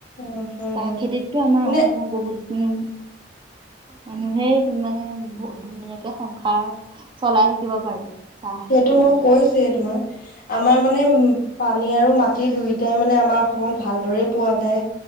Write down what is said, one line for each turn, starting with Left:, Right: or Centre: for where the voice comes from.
Left: অ হয়
Right: চাহ
Left: হয়
Right: খেতিতটো আমাৰ
Left: মানে
Right: অসমৰ বহুত উম মানুহেই মানে ধুনীয়াকে সংসাৰ চলাই থাকিব পাৰে। চাহ
Left: সেইটো
Right: খেতি
Left: মই
Right: কৰি।
Left: কৈছে তোমাক আমাৰ মানে উম পানী আৰু মাটিৰ দুয়োটাই মানে আমাৰ অসমত ভালদৰে পোৱা যায়